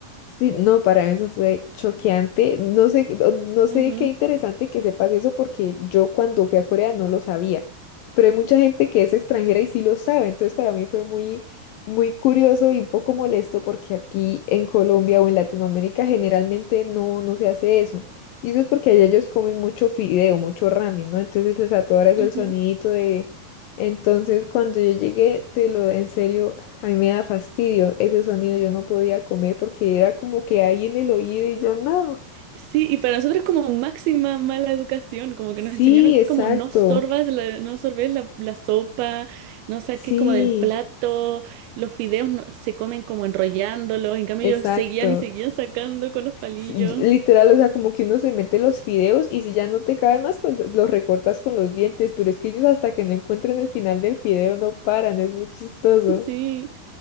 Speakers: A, on the left (about 75°); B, on the right (about 75°).
A: Sí, no, para mí eso fue choqueante. No sé, no no sé
B: Ujú,
A: qué interesante que sepas eso porque yo cuando fui a Corea no lo sabía, pero hay mucha gente que es extranjera y sí lo sabe, entonces para mí fue muy, muy curioso y un poco molesto porque aquí en Colombia o en Latinoamérica generalmente no, no se hace eso. Y eso es porque allá ellos comen mucho fideo, mucho ramen, ¿no? Entonces les atoras
B: ujú.
A: el sonidito de... Entonces cuando yo llegué, te lo en serio. A mí me da fastidio ese sonido, yo no podía comer porque era como que ahí en el oído y yo no.
B: Sí, y para nosotros es como máxima mala educación, como
A: Sí,
B: que nos enseñaron que
A: exacto.
B: es como no sorbas, la- no sorbes la, la sopa, no saques
A: Sí,
B: como del plato, los fideos no- se comen como enrollándolos, en cambio
A: exacto.
B: ellos seguían y seguían sacando con los palillos.
A: Sí, yo- literal, o sea, como que uno se mete los fideos y si ya no te caben más, pues los recortas con los dientes, pero es que ellos hasta que no encuentren el final del fideo no paran, es muy chistoso.
B: <laughs> Sí,